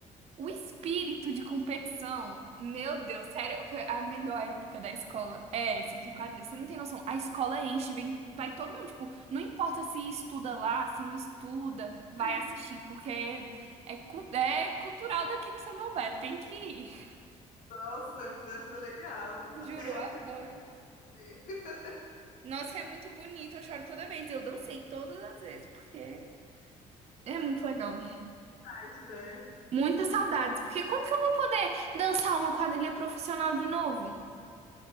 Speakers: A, on the right; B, on the left.
A: o espírito de competição, meu Deus, sério, foi a melhor época da escola. É essa de quadrilha. Você não tem noção. A escola enche, vem, vai todo mundo, tipo, não importa se estuda lá, se não estuda, vai
B: Sim,
A: assistir, porque é, é, cu- é cultural daqui de Samambaia, tem que ir.
B: nossa, deve ser legal. Até
A: Juro, eu
B: eu
A: adoro.
B: fiquei com vontade de ver. <laughs>
A: Nossa, é muito bonito, eu choro toda vez. Eu dancei todas as vezes, porque é muito legal.
B: Mas, né?
A: Muitas saudades, porque quando que eu vou poder dançar uma quadrilha profissional de novo?